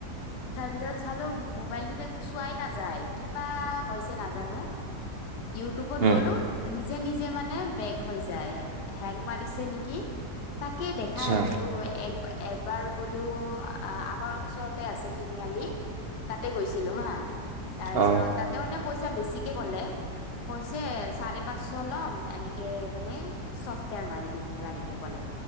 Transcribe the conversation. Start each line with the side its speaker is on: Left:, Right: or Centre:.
Left: তাৰপিছত চালোঁ, মোবাইলটোত একো চোৱাই নাযায়। কিবা হৈছে নাজানোঁ। ইউটিউবত
Right: উম,
Left: গ'লো নিজে নিজে মানে বেগ হৈ যায় হেং মাৰিছে নেকি? তাকে দেখা
Right: আচ্ছা,
Left: আহিলোঁ এক। এবাৰ গলোঁ, আমাৰ ওচৰতে আছে তিনিআলি। তাতে গৈছিলোঁ হা তাৰপিছত
Right: অ',
Left: তাতে মানে পইচা বেছিকে ক'লে। কৈছে, চাৰে পাঁচশ ল'ম এনেকে মানে চফ্টৱেৰৰ মাৰি দিম কিবা এনেকে ক'লে,